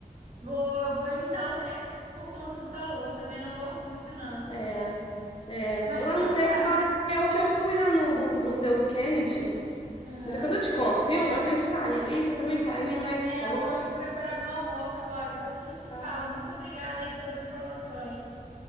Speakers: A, on the right; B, on the left.
A: vou, eu vou evitar o Texas por conta do calor. Também não gosto muito, não.
B: É.
A: Mas
B: Lá
A: então
B: no Tex
A: tá.
B: Valeu, que eu fui lá no Muse- Museu do Kennedy.
A: Aham.
B: Mas depois eu te conto, viu? Eu tenho que sair ali. Você também tá indo, né? Que
A: É,
B: você falou?
A: eu tô indo preparar meu almoço agora. Depois a gente se
B: Tá.
A: fala. Muito obrigada aí pelas informações.